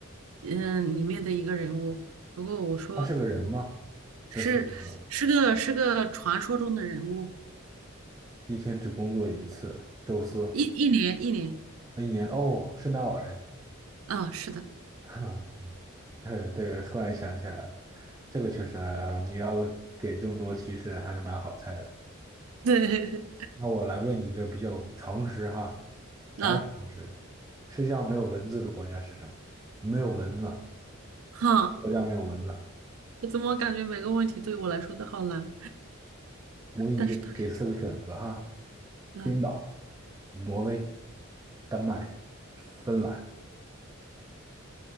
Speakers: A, on the right; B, on the right.
A: 嗯、呃里面的一个人物。如果我说。
B: 他是个人吗？
A: 是是个是个传说中的人物，
B: 这四个字，一天只工作一次，周四，
A: 一一年一年，
B: 一年哦，圣诞老人。
A: 啊，是的，
B: <laughs> 对对，突然想起来了，这个确实啊，你要给这么多提示还是蛮好猜的。
A: 对
B: 那我来问你一个比较常识哈，
A: <laughs>，
B: 还是常识。
A: 啊，
B: 世界上没有蚊子的国家是什么？没有蚊子，
A: 哈，
B: 国家没有蚊子。
A: 我怎么感觉每个问题对我来说都好难？
B: 我给你给给四个选择哈：
A: 但是它是这样啊，
B: 冰岛、挪威、丹麦、芬兰。